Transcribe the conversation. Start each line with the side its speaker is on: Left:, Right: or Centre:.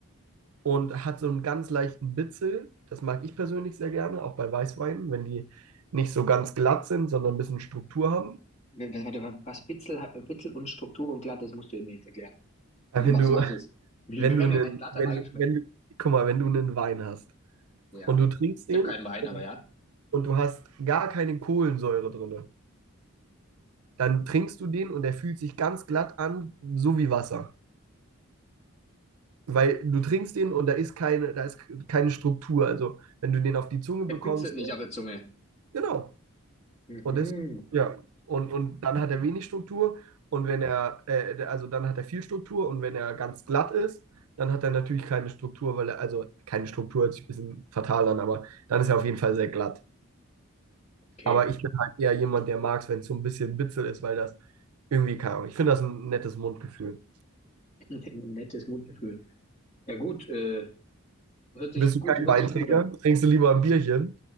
Right: und hat so einen ganz leichten Bitzel. Das mag ich persönlich sehr gerne, auch bei Weißweinen, wenn die nicht so ganz glatt sind, sondern ein bisschen Struktur haben.
Left: W- Warte, was Bitzel, hat- Bitzel und Struktur und glatt, das musst du mir jetzt erklären.
Right: Aber
Left: <laughs>
Right: Wenn
Left: Was,
Right: du,
Left: was
Right: <laughs>
Left: ist? Wie,
Right: wenn
Left: wie kann
Right: du einen,
Left: denn ein glatter
Right: wenn
Left: Wein
Right: du,
Left: schmecken?
Right: wenn du, guck mal, wenn du einen Wein hast
Left: Ja.
Right: und du trinkst
Left: Ich
Right: den
Left: habe keinen Wein, aber ja.
Right: und du hast gar keine Kohlensäure drin, dann trinkst du den und der fühlt sich ganz glatt an, so wie Wasser. Weil du trinkst den und da ist keine, da ist keine Struktur. Also wenn du den auf die Zunge
Left: Er
Right: bekommst,
Left: bitzelt nicht
Right: äh,
Left: auf der Zunge.
Right: genau,
Left: Mhm.
Right: Und das, ja, und, und dann hat er wenig Struktur und wenn er, äh, also dann hat er viel Struktur und wenn er ganz glatt ist, dann hat er natürlich keine Struktur, weil er, also keine Struktur hört sich ein bisschen fatal an, aber dann ist er auf jeden Fall sehr glatt.
Left: Okay.
Right: Aber ich bin halt eher jemand, der mag es, wenn es so ein bisschen bitzel ist, weil das irgendwie kann. Ich finde das ein nettes Mundgefühl.
Left: <laughs> Nettes Mundgefühl. Ja gut, äh, Hört sich
Right: Bist du
Left: gut,
Right: kein
Left: hört
Right: Weintrinker?
Left: sich gut an.
Right: Trinkst du lieber ein Bierchen?